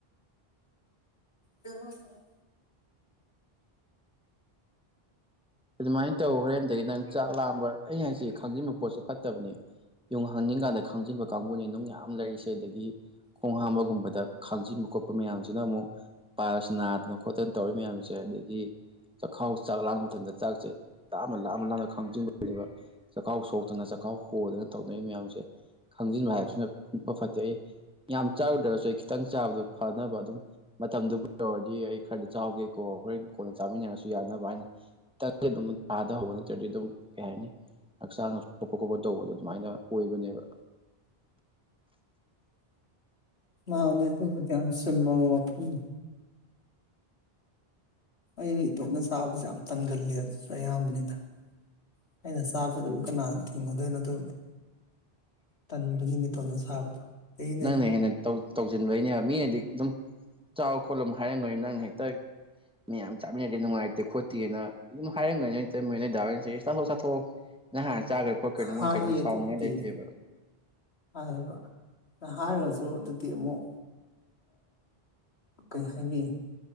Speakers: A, on the left; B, in the centre.
A: ꯑꯗꯨꯃ
B: ꯑꯗꯨꯃꯥꯏꯅ ꯇꯧ ꯍꯣꯔꯦꯟꯗꯒꯤ ꯅꯪ ꯆꯥꯛ ꯂꯥꯝꯕ ꯑꯩꯅ ꯍꯥꯏꯦ ꯈꯪꯖꯤꯟꯕ ꯄꯣꯠꯁꯦ ꯐꯠꯇꯦ ꯕꯅꯦ ꯌ ꯍꯪꯅꯤꯡ ꯀꯥꯟꯗ ꯈꯪꯖꯤꯟꯕ ꯀꯥꯡꯕꯨꯅꯤ ꯑꯗꯨꯝꯅ ꯌꯥꯝ ꯂꯩꯔꯤꯁꯦ ꯑꯗꯒꯤ ꯈꯣꯡ ꯍꯥꯝꯕꯒꯨꯝꯕꯗ ꯈꯥꯡꯖꯤꯟꯕ ꯈꯣꯠꯄ ꯃꯌꯥꯝꯁꯤꯅ ꯑꯃꯨꯛ ꯄꯥ ꯅꯥꯗꯅ ꯈꯣꯠꯇꯅ ꯇꯧꯔꯤ ꯃꯌꯥꯝꯁꯦ ꯑꯗꯒꯤ ꯆꯈꯥꯎ ꯆꯥꯛ ꯂꯥꯡꯕ ꯃꯇꯝꯗ ꯆ ꯆꯥꯛꯁꯦ ꯂꯥꯞ ꯑꯃ ꯂꯥꯞ ꯑꯃ ꯂꯥꯝꯅ ꯈꯪꯖꯤꯟꯕꯅꯦꯕ ꯆꯥꯛꯈꯥꯎ ꯁꯣꯛꯇꯅ ꯆꯥꯛꯈꯥꯎ ꯍꯣꯗꯅ ꯇꯧꯅꯩ ꯃꯌꯥꯝꯁꯦ ꯈꯪꯖꯤꯟꯕ ꯍꯥꯏꯕꯁꯤꯅ ꯄꯄ ꯐꯠꯇꯦ ꯑꯩ ꯌꯥꯝ ꯆꯥꯔꯨꯗ꯭ꯔꯁꯨ ꯑꯩ ꯈꯤꯇꯪ ꯆꯥꯕꯗꯨꯣ ꯐꯅꯕ ꯑꯗꯨꯝ ꯃꯇꯝꯗꯨꯕꯨꯔꯗꯤ ꯑꯩ ꯈꯔꯗꯤ ꯆꯥꯎꯥꯒꯦ ꯀꯣ ꯈꯣꯔꯦꯟ ꯀꯣꯟꯅ ꯆꯥꯃꯤꯟꯅꯔꯁꯨ ꯌꯥꯅꯕ ꯍꯥꯏꯅ ꯑꯗꯨꯝ ꯊꯥꯗꯍꯧꯕ ꯅꯠꯇ꯭ꯔꯗꯤ ꯑꯗꯨꯝ ꯀꯩ ꯍꯥꯏꯅꯤ ꯍꯛꯆꯥꯡ ꯁꯣꯛꯄ ꯈꯣꯠꯄ ꯇꯧꯕꯗꯣ ꯑꯗꯨꯃꯥꯏꯅ ꯑꯣꯏꯕꯅꯦꯕ
A: ꯃꯥꯅꯦ ꯑꯗꯨꯕꯨꯗꯤ ꯌꯥꯝ ꯆꯨꯝꯃꯕ ꯋꯥꯐꯝꯅꯤ ꯑꯩ ꯏꯇꯣꯝꯅ ꯆꯥꯕꯁꯨ ꯌꯥꯝ ꯇꯟꯒꯜꯂ ꯑꯗꯨꯁꯨ ꯑꯌꯥꯝꯕꯅꯤꯗ ꯑꯩꯅ ꯆꯥꯕꯗꯁꯨ ꯀꯅꯥ ꯊꯤꯡꯒꯗꯣꯏꯅꯣ ꯑꯗꯨꯕꯨꯗꯤ ꯇꯟꯕꯒꯤꯅꯤꯇꯣꯞꯅ ꯆꯥꯕꯗꯣ ꯑꯗꯒꯤꯅꯦ
B: ꯅꯪꯅ ꯍꯦꯟꯅ ꯇꯧꯁꯤꯟꯕꯩꯅꯦ ꯍꯥꯏꯕ ꯃꯤꯅꯗꯤ ꯑꯗꯨꯝ ꯆꯥꯎ ꯈꯣꯠꯂꯝ ꯍꯥꯏꯔꯝꯒꯅꯤ ꯅꯪꯅ ꯍꯦꯛꯇ ꯃꯌꯥꯝ ꯆꯥꯃꯤꯟꯅꯗꯦ ꯅꯨꯡꯉꯥꯏꯇꯦ ꯈꯣꯠꯇꯦꯅ ꯑꯗꯨꯝ ꯍꯥꯏꯔꯝꯒꯅꯤ ꯃꯣꯏꯅꯗꯥꯎ ꯆꯥꯊꯣꯛ ꯆꯥꯊꯣꯛ ꯅꯍꯥꯟ ꯆꯥꯈ꯭ꯔꯦ ꯈꯣꯠꯀ꯭ꯔꯦꯅ
A: ꯍꯥꯏꯌꯦ
B: ꯃꯣꯏ ꯀꯩꯅꯣ ꯁꯥꯎꯅꯨꯡꯉꯥꯏ
A: ꯑꯗꯨꯕꯨꯗꯤ
B: ꯂꯩꯇꯦꯕ
A: ꯍꯥꯏꯌꯦꯕ ꯑꯗꯨ ꯍꯥꯏꯔꯒꯁꯨ ꯑꯗꯨꯗꯤ ꯑꯃꯨꯛ ꯀꯩ ꯍꯥꯏꯅꯤ